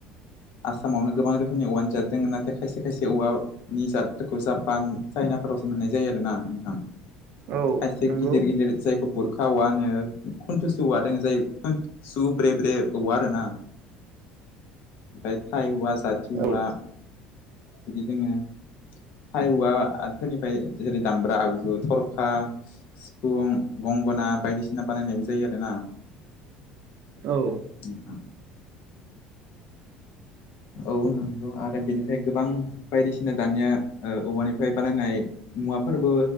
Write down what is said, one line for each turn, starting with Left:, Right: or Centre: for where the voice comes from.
Left: आसामावनो गोबां रोखोमनि औवानो जादोंमोन नाथाय खायसे खायसे औवा निजादफोरखौ जापान चाइनाफोरावसो मोननाय जायो आरोना नोंथां।
Right: औ
Left: खायसे
Right: नंगौ
Left: गिदिर गिदिर जायखौ बुरखा औवा होनो। खन्थ'सो औवादों जाय खुन्सु ब्रे ब्रे औवा आरो ना। ओमफ्राय थाइ औवा जाथि औवा
Right: औ
Left: बिदि दोङो। थाय औवाफोरनिफ्राय जेरै दामब्रा आगजु थरखा। सिफुं गंगना बायदिसिना बानायनायबो जायो आरोना।
Right: औ।
Left: नोथां। औ नंगौ आरो बेनिफ्राय गोबां बायदिसिना दानिया ओ औवानिफ्राय बानायनाय। मुवाफोरबो